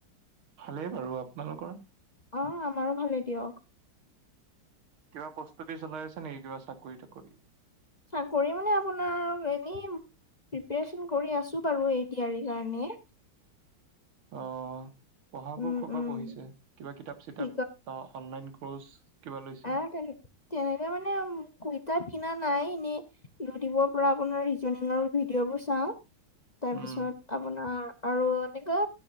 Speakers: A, on the right; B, on the left.
A: ভালেই বাৰু, আপোনালোকৰ?
B: অ', আমাৰো ভালেই দিয়ক।
A: কিবা প্ৰস্তুতি চলাই আছে নেকি? কিবা চাকৰি তাকৰি?
B: চাকৰি মানে আপোনাৰ এনেই প্ৰিপেৰেচন কৰি আছোঁ বাৰু, এ ডি আৰ ই কাৰণে।
A: অ', পঢ়াবোৰ
B: উম
A: ক'ৰ পৰা
B: উম।
A: পঢ়িছে? কিবা কিতাপ চিতাপ
B: কি
A: বা অনলাইন কৰ্চ কিবা লৈছে
B: আ', তেন তেনেকে মানে কুইতাপ কিনা নাই এনেই। ইউটিউবৰ পৰা আপোনাৰ ৰিজনিংৰ ভিডিঅ' বোৰ চাওঁ, তাৰপিছত
A: উম
B: আপোনাৰ আৰু এনেকৈ